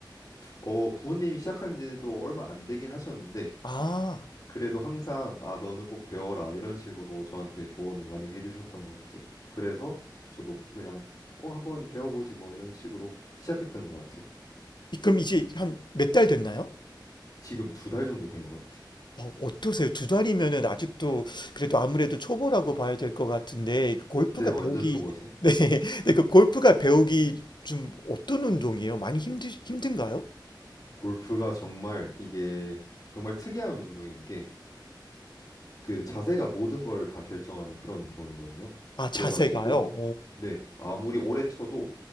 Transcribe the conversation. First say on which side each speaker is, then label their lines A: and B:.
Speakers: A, on the left (about 40°); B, on the left (about 65°).
A: 어 부모님이 시작한 지도 얼마 안 되긴 하셨는데
B: 아,
A: 그래도 항상 아 너는 꼭 배워라 이런 식으로 저한테 조언을 많이 해주셨던 것 같아요. 그래서 저도 그냥 어 한번 배워보지 뭐 이런 식으로 시작했던 것 같아요.
B: 이- 그럼 이제 한 몇 달 됐나요?
A: 지금 두 달 정도 된 것 같아요.
B: 어, 어떠세요? 두 달이면은 아직도 그래도 아무래도 초보라고 봐야 될 것 같은데 그 골프가
A: 네, 완전
B: 배우기
A: 초보죠.
B: <laughs> 네, 네, 그 골프가 배우기 좀 어떤 운동이에요? 많이 힘드 힘든가요?
A: 골프가 정말 이게 정말 특이한 운동인 게 그 자세가 모든 걸 다 결정하는 그런 운동이거든요.
B: 아,
A: 그래가지고
B: 자세가요?
A: 네 아무리 오래 쳐도